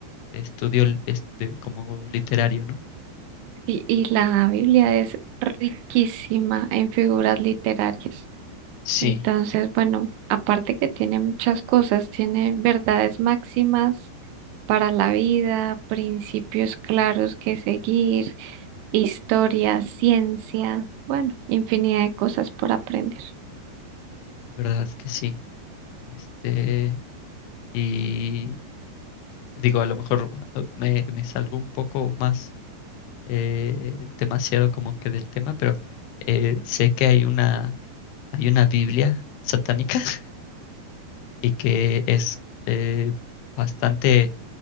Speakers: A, on the left; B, on the right.
A: estudio l- este, como literario, ¿no?
B: Y, y la Biblia es riquísima en figuras literarias.
A: Sí,
B: Entonces, bueno, aparte que tiene muchas cosas, tiene verdades máximas para la vida, principios claros que seguir historia, ciencia, bueno, infinidad de cosas por aprender.
A: la verdad es que sí. Este, y digo, a lo mejor eh, me, me salgo un poco más eh, demasiado como que del tema, pero eh, sé que hay una, hay una Biblia satánica <laughs> y que es eh, bastante